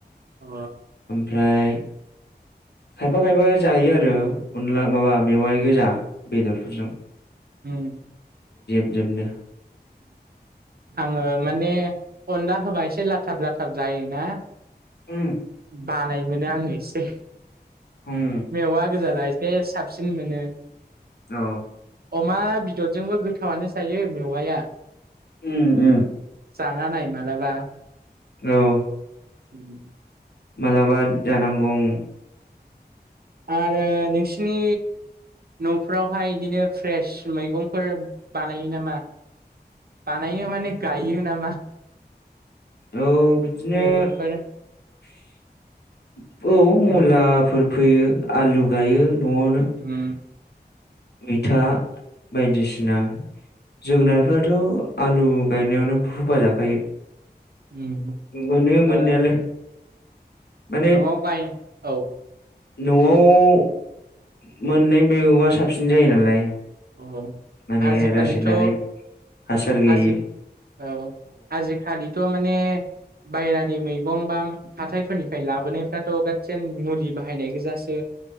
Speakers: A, on the right (about 65°); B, on the left (about 70°).
A: अ
B: ओमफ्राय खायफा खायफा जायो आरो अनला माबा मेवाइ गोजा बेदरफोरजों।
A: उम
B: नो
A: आङो माने अनला होबा एसे लाथाब लाथाब जायोना
B: ओम
A: बानाय मोनो आङो एसे
B: उम
A: मेवा गोजाला एसे साब सिगांनानो
B: औ
A: अमा बेदरजोंबो गोथावानो जायो मेवाया।
B: उम उम
A: जाना नाय मालाबा।
B: औ
A: उम
B: माबलाबा जानांगौ ओम।
A: आरो नोंसिनि न'फोरावहाय बिदिनो फ्रेस मैगंफोर बानायो नामा? बानायो माने गायो नामा?
B: औ बिदिनो
A: मैगंफोर
B: <inaudible> औ मुलाफोर
A: न'
B: फैयो आलु गायो न'आवनो
A: होम
B: मैथा बायदिसिना जोगोनारफोराथ'
A: उम
B: आलु गायनायावनो फोफा जाखायो
A: उम
B: मोनो मोननायालाय
A: ओ
B: माने
A: न'आव गाय औ
B: न'आव मोननै मैगंआ साबसिन जायो नालाय
A: अ
B: माने
A: आजिखालिथ'
B: रासायनारि हासार गैयि
A: आजि औ आजिखालिथ' माने बायहेरानि मैगं बा हाथाइफोरनिफ्राय लाबोनायफ्राथ' गासिन मुलि बाहायनाय गोजासो